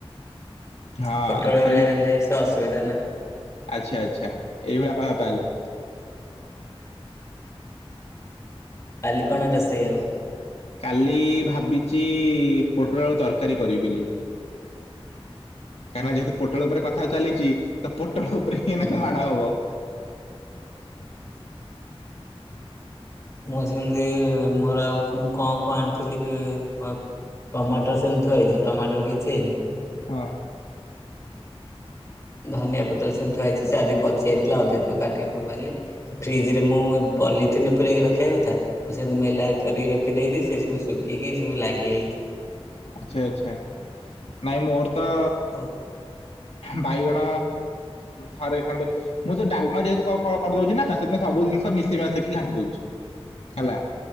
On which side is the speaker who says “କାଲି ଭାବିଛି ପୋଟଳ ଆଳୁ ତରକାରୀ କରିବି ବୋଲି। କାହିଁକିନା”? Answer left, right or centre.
Left